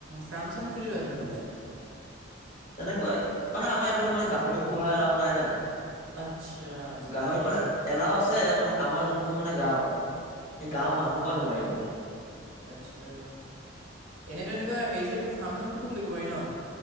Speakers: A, on the right (about 80°); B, on the left (about 40°).
A: ফাৰ্ম-চাৰাম খুলি লোৱা তেনে হ'লে।
B: তেনেকুৱাই। মানে আমাৰ এইফালে
A: ফাৰ্ম
B: মানে গাহৰি পোহা এলাও নাই না।
A: আচ্ছা আচ্ছা
B: গাহৰি
A: সেই
B: পোহা
A: কাৰণে
B: এলাও আছে মানে আমাৰ যোনখন মানে গাঁও সেই গাঁওৰ মানুহৰ পৰা নোৱাৰি মানে।
A: আচ্ছা। এনেতো এনেকুৱা হেৰি-চেৰি এইটো ফাৰ্ম-চাৰ্মটো খুলিব পাৰি ন?